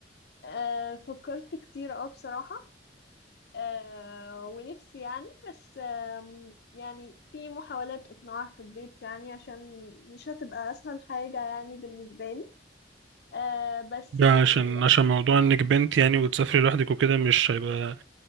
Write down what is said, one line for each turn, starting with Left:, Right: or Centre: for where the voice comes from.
Left: آه فكرت كتير اه بصراحة آه ونفسي يعني بس آم، يعني في محاولات إقناع في البيت يعني عشان مش هتبقى أسهل حاجة يعني بالنسبة لي آه بس
Right: ده
Left: يعني
Right: عشان عشان موضوع انك بنت يعني وتسافري لوحدك وكده مش هيبقى